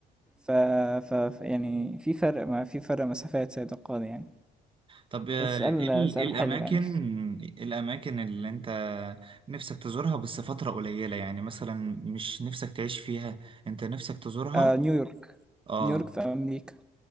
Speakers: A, in the centre; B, on the right (about 30°).
A: ف... ف ف- يعني في فرق ما في فرق مسافات سيد القاضي يعني
B: طب آه،
A: ده سؤال
B: ايه ال-
A: سؤال
B: إيه الاماكن
A: حلو يعني
B: إيه الاماكن اللي انت نفسك تزورها بس فترة قليلة يعني مثلا مش نفسك تعيش فيها انت نفسك تزورها
A: آه نيويورك
B: اه
A: نيويورك في امريكا